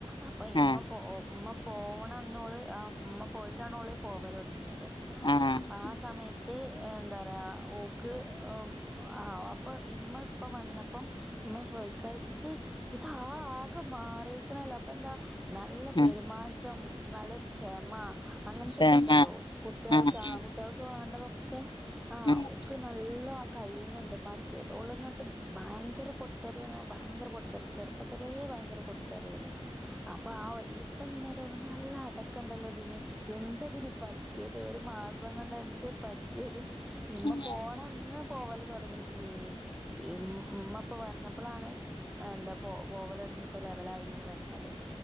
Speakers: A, in the centre; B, on the left.
A: അപ്പൊ ഇമ്മ
B: ആഹ്
A: പോ ഉമ്മ പോണം എന്ന് ഓള് ആ ഉമ്മ പോയിട്ടാാണ് ഓള് പോവല് തുടങ്ങിയത്.
B: ആഹ്
A: അപ്പ ആ സമയ എന്താ പറയാ ഓക്ക് ആ അപ്പൊ ഇമ്മ ഇപ്പ വന്നപ്പം ഉമ്മ ചോദിക്ക ഇത് ഇത് ആ ആകെ മാറിക്കണല്ലോ? അപ്പൊ എന്താ നല്ല പെരുമാറ്റം
B: ഉം
A: നല്ലൊരു ക്ഷമ അങ്ങനത്തൊക്കെ
B: ക്ഷമ
A: ഉണ്ടല്ലോ കുട്ടികൾക്ക്
B: ആഹ്
A: ആ
B: ആഹ്
A: കുട്ടികൾക്ക് വേണ്ടതൊക്കെ ആ
B: ആഹ്
A: ക്ക് നല്ല കയിനുണ്ട് മറ്റേത് ഓള അങ്ങോട്ട് ഭയങ്കര പൊട്ടിത്തെറി എന്നാ ഭയങ്കര പൊട്ടിത്തെറി ചെറുപ്പ പ്പത്തിലേ ഭയങ്കര പൊട്ടിത്തെറിയിരുന്നു. ആ ഇപ്പഎന്നോട് പറഞ്ഞു നല്ല അടക്കുണ്ടല്ലോ ഇതിന് എന്താ ഇതിന് പറ്റിയത് മാസം കൊണ്ട് എന്ത് പറ്റിയത്. ഇമ്മ
B: ആഹ്
A: പോണം അന്നാ പോവാല തുടങ്ങിട്ട് ല്ലേനി ഉമ്മഇപ്പവന്നപ്പളാണ് എന്താ പോവല് തുടങ്ങിയപ്പോ ലെവലായി. വന്നത്